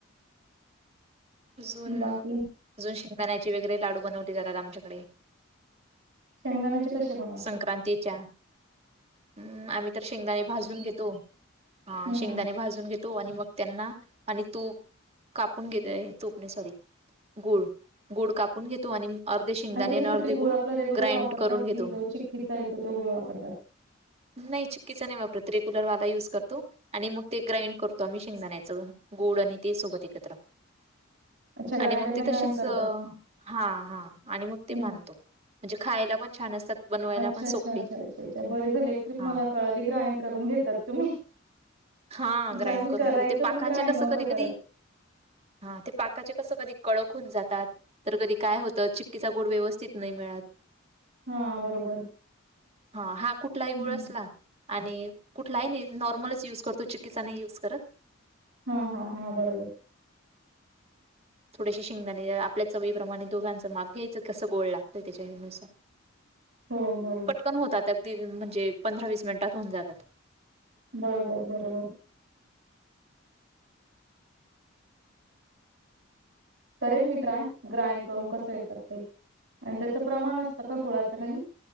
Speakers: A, on the right; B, on the right.
A: अजून,
B: बाकी
A: अजून शिंगदाण्याचे वगैरे लाडू बनवले जातात आमच्याकडे
B: शेंगदानाचे कसे बनवतातं
A: संक्रांतीच्या हम्म, आम्ही तर शेंगदाणे भाजून घेतो हा
B: हम्म
A: शेंगदाणे
B: हम्म
A: भाजुन घेतो तो आणि मग त्यांना आणि तो कापून घेत आहे तूप नही सॉरी गुळ, गुड काप पुन घेतो आणि अर्धे शेंगदाणे
B: आणि त्याच्यासाठी
A: अनं अर्धे गुळ
B: आपला रेग्युलर
A: ग्राईंड
B: वापरतात
A: करून घेतो
B: की जो चिक्कीचा येतो तो गुळ वापरतात.
A: नाही चिक्कीचा नाही वापरत रेग्युलर वाला यूज करतो आणि मग ते ग्राईंड करतो आम्ही शेंगदाण्याच गोड आणि ते सोबत एकत्र
B: अच्छा ग्राइंडरने
A: आणि मग ते
B: ग्राइंड
A: तशेच
B: करतात
A: अ हा हा आणि मग ते
B: हम्म
A: बानतो म्हणजे खायला पण छान असतात बनवायला
B: अच्छा
A: पण
B: अच्छा
A: सोपे
B: अच्छा अच्छा बर झालं एक ट्रिक
A: हा
B: मला कळाली ग्राइंड करून घेतात तुम्ही
A: हा
B: अच्छा
A: ग्राईंड
B: आम्ही
A: करून
B: करायचं
A: घेतो, ते पाकाचे
B: पण ग्राइंड
A: कसं
B: नव्हतो
A: कधी
B: करत.
A: कधी हा ते पाकाचे कसं कधी कडक होउन जातात तर कधी काय होतं चिक्कीचा गुड व्यवस्थित नही मिळत
B: हा बरोबर
A: ह हा कुठलाही
B: हम्म
A: गूड असला आणि कुठलाही नी नॉर्मलच यूज करतो तो चिक्कीचा नाही युज करत.
B: हा हा हा बरोबर.
A: थोडेसे शेंगदाणे आपल्या चवीप्रमाणे दोघांचं माप घ्यायचं कसं गोड लागतंय त्याच्यानुसार
B: हो हो
A: पण होतात अगदी म्हणजे पंधरा वीस मिनिटात होऊन जातात.
B: बरोबर बरोबर करेल मी ट्राय ग्राईंड करून कसं येतात ते आणि त्याचं प्रमाण असतं का गुळाचं काही?